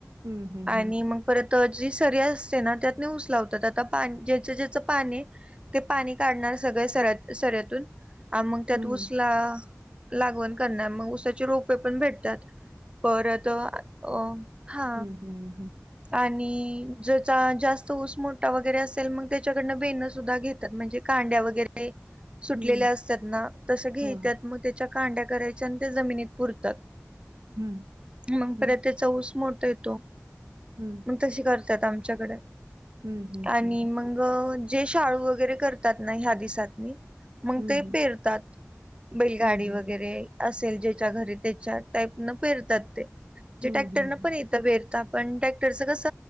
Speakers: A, on the right; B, on the right.
A: हं, हं,
B: आणि
A: हं.
B: मग परत जी सरी असते ना त्यात नी ऊस लावतात आता पा ज्याचं ज्याचं पाणी ते पाणी काढणार सगळे सर सऱ्यातून मग त्यात
A: हं.
B: ऊसला लागवण करणार मग ऊसाची रोपे पण भेटतात परत अ हा
A: हम्म हम
B: आणि ज्याचा जास्त ऊस मोठा वगैरे असेल मग त्याच्याकडनं बेणं सुद्धा घेतात म्हणजे कांड्या वगैरे सुटलेल्या
A: हं.
B: असतात ना तसं घेेत्यात
A: हो, हो.
B: मग त्याच्या कांड्या करायच्या आणि ते जमिनीत पुरतात
A: हं,
B: मग
A: हं,
B: परत त्याचा ऊस मोठा येतो
A: हम्म
B: मग तशी करतात आमच्याकडे
A: हं, हं,
B: आणि
A: हं, हं.
B: म जे शाळू वगैरे करतात ना ह्या दिसातनी मग
A: हं,
B: ते
A: हं.
B: पेरतात बैलगाडी
A: हं,
B: वगैरे
A: हं.
B: असेल ज्याच्या घरी त्याच्या टाईप न फेरतात तेे
A: हं,
B: टॅक्टर
A: हं,
B: न
A: हं.
B: पण येत पेरता पण टेक तेच कस